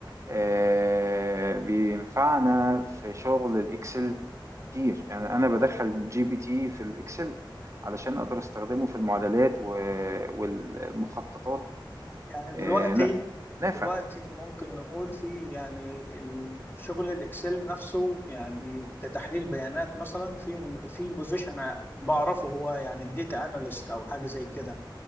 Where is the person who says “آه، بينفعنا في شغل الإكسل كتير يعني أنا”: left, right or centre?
Right